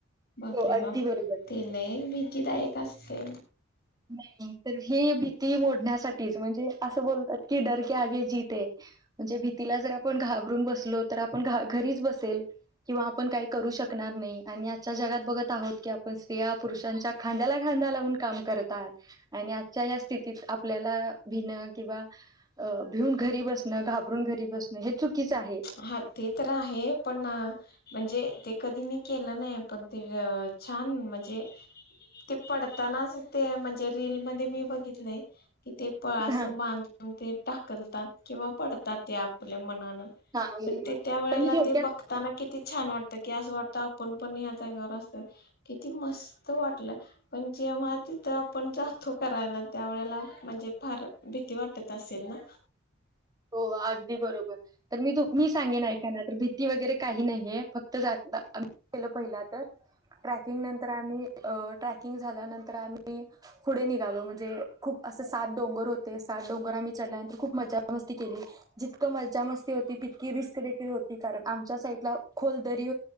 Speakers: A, on the left (about 50°); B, on the right (about 20°).
A: बापरे
B: हो अगदी
A: बाप
B: बरोबर
A: ते लय भीतीदायक असते
B: नाही तर ही भीती मोडण्यासाठीच म्हणजे असं बोलतात की डरके आगे जिते म्हण भीलार आपण घाबून बलो तर आप घरीच बल किंवा आप का करू श शकणार नाही आणि आजच्या जगात बघत आहोत की आपण स्त्रिया पुरुषांच्या खांद्याला खांदा लावून काम करत आणि आजच्या या स्थितीत आपल्याला भिन किंवा अ भिऊन घरी बसणं घाबरून घरी बसणं हे चुकीचं आहे
A: हा ते तर आहे पण म्हणजे ते कधी मी केलं नाही पण त छान म्हणजे ते पडतानाच ते म्हणजे रीलील मध्ये मी बघितलंय कि ते पळस
B: हा
A: बांधून ते टाकलतात किंवा पडतात ते आपल्या मनानं
B: हा उडी
A: पण
B: मारतात
A: ते त्या वेळेला
B: तर मी थोडक्यात
A: ते बघताना किती छान वाटत गॅस वाटत आपण पण याचा घर असत किती मस्त वाटलं पण जेव्हा ते तर आपण जातो करायला त्या वेळेला म्हणजे फार भीती वाटते त असेल ना
B: हो अगदी बरोबर तर मी तू मी सांगेन ऐकाना तर भीती वगैरे काही नाहीये फक्त जात म्ही केलं पहिला तर ट्रॅकिंग नंतर आम्ही ट्रॅकिंग झाल्यानंतर आम्ही पुढे निघालो म्हणजे खूप असे सात डोंगर होते सात डोंगर आमही चढल्यानंतर खूप मजा म केली जितक मजा मस्ती होती तितकी रिस्क देखील होती कारण आमच्या साईडला खोलरी